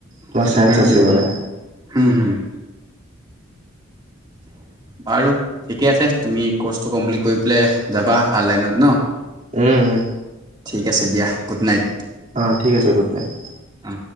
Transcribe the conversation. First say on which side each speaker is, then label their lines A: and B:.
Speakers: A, on the right (about 35°); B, on the right (about 20°).
A: তোমাৰ
B: সেইটোৰ
A: চাইন্স
B: কাৰণে
A: আছিল
B: পঢ়িব
A: মানে
B: নোৱাৰিলো হম হুম বাৰু ঠিকে আছে তুমি কৰ্চটো কমপ্লিট কৰি পেলাই যাবা ভাল লাইনত ন
A: উম
B: ঠিক আছে দিয়া গুড নাইট
A: অহ ঠিক আছে গুড নাইট
B: অ।